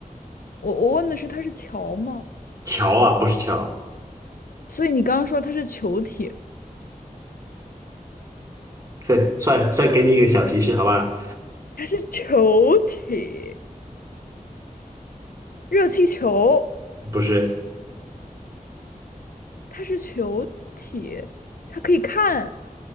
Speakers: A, on the left (about 80°); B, on the right (about 25°).
A: 我我问的是它是球吗？
B: 桥啊，不是桥，
A: 所以你刚刚说它是球体，
B: 对，算算给你一个小提示，好吧？
A: 它是球体，热气球，
B: 不是。
A: 它是球体，它可以看